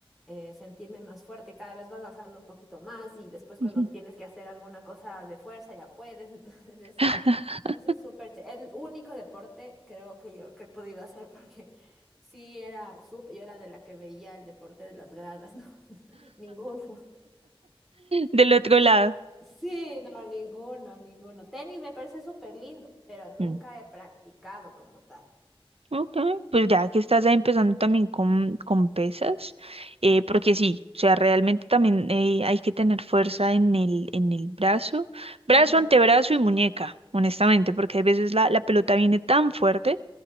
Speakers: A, in the centre; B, on the right.
A: eh, sentirme más fuerte, cada vez vas alzando un poquito más y después cuando
B: ujú.
A: tienes que hacer alguna cosa de fuerza ya puedes, <laughs> entonces ese
B: <laughs>
A: es, ese es súper, ché el único deporte creo que yo que he podido hacer porque <laughs> sí era súper, yo era de la que veía el deporte de las gradas, <laughs> ¿no? Ninguno.
B: Del otro lado.
A: Sí, no, ninguno, ninguno. Tenis me parece súper lindo, pero nunca
B: Mm.
A: he practicado como tal.
B: Ok, pues ya que estás ahí empezando también con, con pesas, eh,
A: Ujú.
B: porque sí, o sea, realmente también eh, hay que tener fuerza en el, en el brazo, brazo,
A: Ujú.
B: antebrazo y muñeca, honestamente, porque a veces la, la pelota viene tan fuerte